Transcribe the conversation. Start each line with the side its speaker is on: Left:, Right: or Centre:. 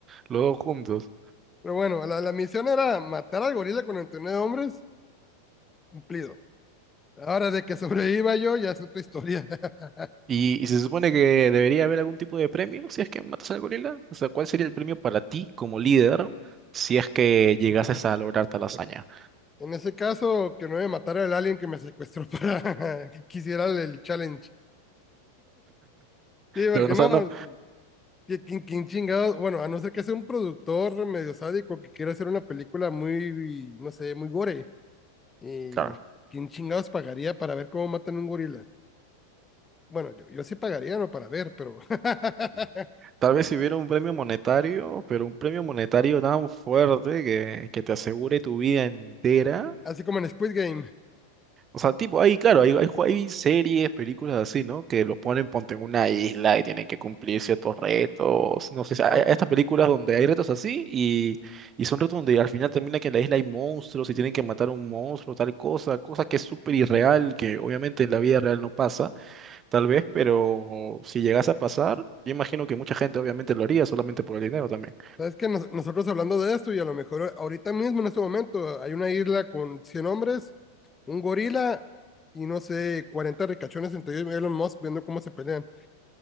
Right: los dos juntos.
Left: Pero bueno, la, la misión era matar al gorila con 99 hombres, cumplido. Ahora, de que sobreviva yo, ya es otra historia. <laughs>
Right: Y, y se supone que debería haber algún tipo de premio si es que matas al gorila. O sea, ¿cuál sería el premio para ti como líder si es que llegases a lograr tal hazaña?
Left: En ese caso, que no me matara el alien que me secuestró para <laughs> que quisiera el, challenge. Sí, porque
Right: Pero no,
Left: no,
Right: o sea, no.
Left: que- que- que chingados? Bueno, a no ser que sea un productor medio sádico que quiera hacer una película muy, no sé, muy gore. ¿Y
Right: Claro,
Left: quién chingados pagaría para ver cómo matan un gorila? Bueno, yo, yo sí pagaría, no para ver, pero <laughs>
Right: Tal vez si hubiera un premio monetario, pero un premio monetario tan fuerte que, que te asegure tu vida entera.
Left: así como en Squid Game.
Right: O sea, tipo, ahí, claro, hay, hay, jue- hay series, películas así, ¿no? Que los ponen, ponte en una isla y tienen que cumplir ciertos retos. No sé, si- hay
Left: Hoy,
Right: hay estas películas donde hay retos así y, y son retos donde al final termina que en la isla hay monstruos y tienen que matar a un monstruo, tal cosa, cosa que es súper irreal, que obviamente en la vida real no pasa, tal vez, pero si llegase a pasar, yo imagino que mucha gente obviamente lo haría solamente por el dinero también.
Left: ¿sabes que nosotros hablando de esto y a lo mejor ahorita mismo en este momento hay una isla con 100 hombres, un gorila y no sé, 40 ricachones entre ellos, Elon Musk viendo cómo se pelean.